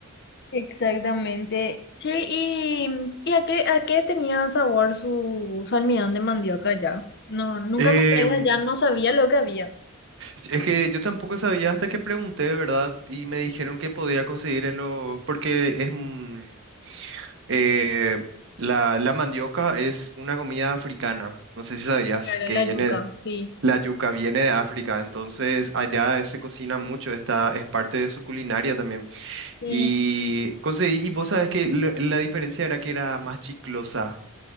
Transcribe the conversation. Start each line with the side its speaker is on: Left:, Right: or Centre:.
Left: Exactamente. Sí, ¿y, y a qué, a qué tenía sabor su, su almidón de mandioca ya? No, nunca
Right: Em,
Left: compré allá, no sabía lo que había.
Right: sí, es que yo tampoco sabía hasta que pregunté, ¿verdad? Y me dijeron que podía conseguir en los... Porque es... mm, eh, la, la mandioca es una comida africana, no sé si sabías
Left: Claro,
Right: que
Left: la
Right: viene...
Left: yuca,
Right: de-
Left: sí.
Right: La yuca viene de África, entonces allá se cocina mucho, esta es parte de su culinaria también.
Left: Sí.
Right: Y conseguí, y vos sabes que lo- la diferencia era que era más chiclosa.